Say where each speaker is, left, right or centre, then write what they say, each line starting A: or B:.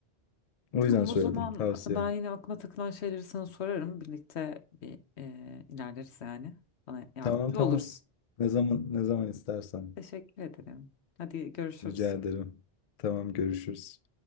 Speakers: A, on the left; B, on the left.
A: O
B: Tamam
A: yüzden söyledim
B: o zaman
A: tavsiye.
B: ben yine aklıma takılan şeyleri sana sorarım. Birlikte bir e, ilerleriz yani. Bana yardımcı
A: Tamam tamam.
B: olursun.
A: Ne zaman ne zaman istersen.
B: Teşekkür ederim. Hadi görüşürüz.
A: Rica ederim. Tamam görüşürüz.